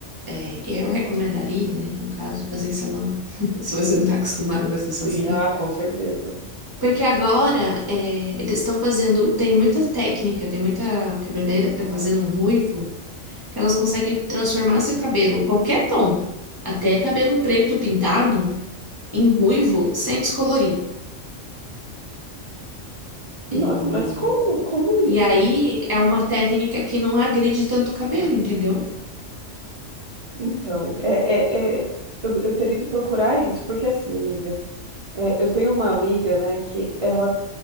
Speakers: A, on the right; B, on the right.
A: é, eu recomendaria, né, no caso, fazer em salão, <laughs> se você não está acostumada a fazer
B: Sim,
A: sozinha.
B: ah, com certeza.
A: Porque agora é, eles estão fazendo. Tem muita técnica, tem muita cabeleireira que tá fazendo um ruivo, que elas conseguem transformar seu cabelo, qualquer tom, até cabelo preto pintado, em ruivo sem descolorir.
B: Nossa,
A: E,
B: mas como, como isso?
A: e aí é uma técnica que não agride tanto o cabelo, entendeu?
B: Então, é, é, é, eu, eu teria que procurar isso, porque assim, amiga, é, eu tenho uma amiga, né, que ela,